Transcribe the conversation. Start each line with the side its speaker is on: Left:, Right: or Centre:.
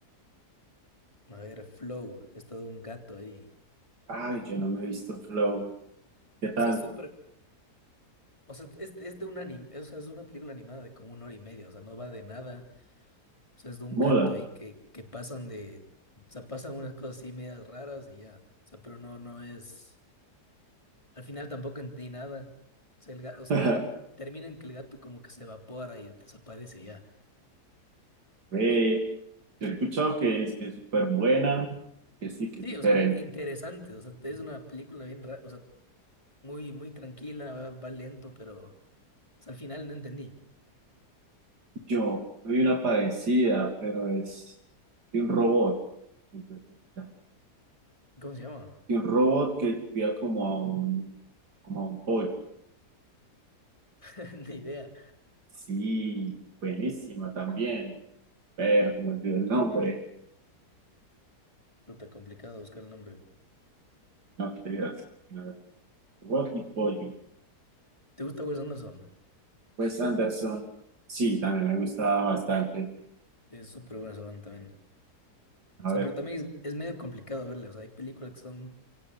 Left: a ver, Flow. Es todo un gato ahí.
Right: Ay, yo no me he visto Flow. ¿Qué tal?
Left: O sea, es súper. O sea, es, es de un anime. O sea, es una película animada de como una hora y media. O sea, no va de nada. O sea, es de un
Right: Moda.
Left: gato ahí que, que pasan de, o sea, pasan unas cosas así medias raras y ya. O sea, pero no, no es, al final tampoco entendí nada. O sea, el gato, o sea,
Right: <laughs>
Left: al final termina en que el gato como que se evapora y desaparece y ya.
Right: Ve, yo he escuchado que es que es súper buena, que sí, que
Left: Sí,
Right: es diferente.
Left: o sea, interesante, o sea, es una película bien rara, o sea, muy, muy tranquila, va, va lento, pero, o sea, al final no entendí.
Right: Yo vi una parecida, pero es de un robot. Entonces, se llama.
Left: ¿Cómo se llama?
Right: Y un robot que cuida como a un, como a un pollo.
Left: <laughs> Ni idea.
Right: Sí, buenísima también. Pero se me olvidó el nombre.
Left: Puta, complicado buscar el nombre.
Right: No, qué dirás. A ver, Robot y pollo.
Left: ¿Te gusta Wes Anderson?
Right: Pues Anderson, sí, también me gustaba bastante.
Left: Es súper buena esa banda también.
Right: A
Left: O sea,
Right: ver,
Left: pero también es, es medio complicado verle. O sea, hay películas que son